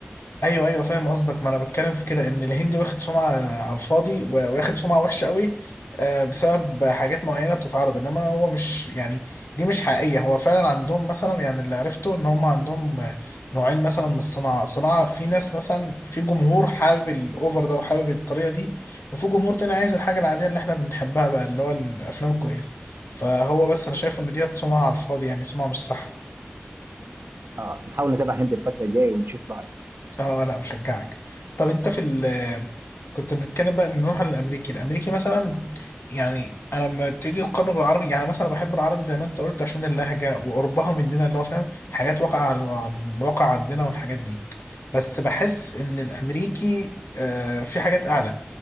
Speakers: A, on the left; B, on the right.
A: ايوه ايوه فاهم قصدك ما انا بتكلم في كده ان الهندي واخد سمعه على الفاضي و- واخد سمعه وحشه قوي آه، بسبب حاجات معينه بتتعرض انما هو مش يعني دي مش حقيقيه هو فعلا عندهم مثلا يعني اللي عرفته ان هم عندهم آه، نوعين مثلا من الصناعه صناعه في ناس مثلا في جمهور حابب الاوفر ده وحابب الطريقه دي وفي جمهور تاني عايز الحاجه العاديه اللي احنا بنحبها بقى اللي هو الافلام الكويسه فهو بس انا شايف ان ديت سمعه على الفاضي يعني سمعه مش صح
B: اه نحاول نتابع هند الفتره الجايه ونشوف رايه
A: اه لا مشجعك طب انت في ال كنت بنتكلم بقى نروح على الامريكي الامريكي مثلا يعني انا لما تيجي تقارنه بالعربي يعني مثلا بحب العربي زي ما انت قلت عشان اللهجه وقربها مننا اللي هو فاهم حاجات واقع على على الواقع عندنا والحاجات دي بس بحس ان الامريكي آه في حاجات اعلى